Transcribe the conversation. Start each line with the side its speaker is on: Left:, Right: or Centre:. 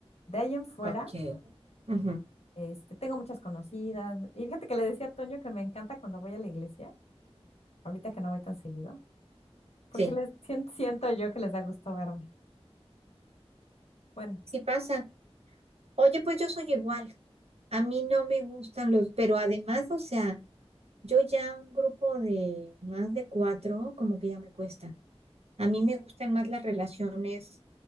Left: De ahí en fuera.
Right: Ok. Ujú.
Left: Este, tengo muchas conocidas. mu- Y fíjate que le decía a Toño que me encanta cuando voy a la iglesia, ahorita que no voy tan seguido, porque
Right: Sí.
Left: les sien- siento yo que les da gusto verme. Bueno,
Right: Sí pasa. Oye, pues yo soy igual. A mí no me gustan los, pero además, o sea, yo ya un grupo de más de cuatro, como que ya me cuesta. A mí me gustan más las relaciones